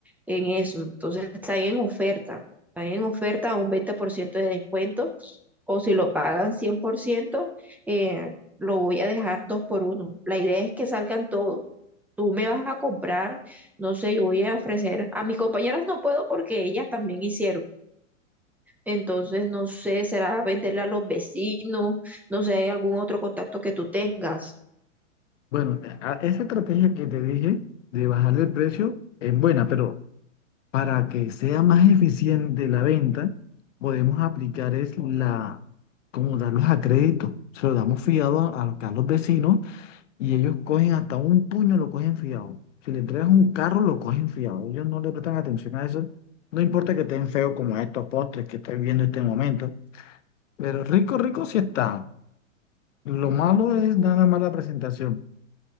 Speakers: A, in the centre; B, on the left.
A: en eso. Entonces está ahí en oferta, está ahí en oferta a un 20% de descuento o si lo pagan 100%, eh, lo voy a dejar dos por uno. La idea es que salgan todos. Tú me vas a comprar no sé, yo voy a ofrecer, a mis compañeras no puedo porque ellas también hicieron. Entonces, no sé, será venderle a los vecinos, no sé, ¿hay algún otro contacto que tú tengas.
B: Bueno, a- esa estrategia que te dije de bajarle el precio es buena, pero para que sea más eficiente la venta, podemos aplicar es la, como darlos a crédito. Se lo damos fiado a, a los a los vecinos Y ellos cogen hasta un puño, lo cogen fiado. Si le entregas un carro, lo cogen fiado. Ellos no le prestan atención a eso. No importa que estén feos como estos postres que estoy viendo en este momento, pero rico, rico sí están. Lo malo es nada más la presentación.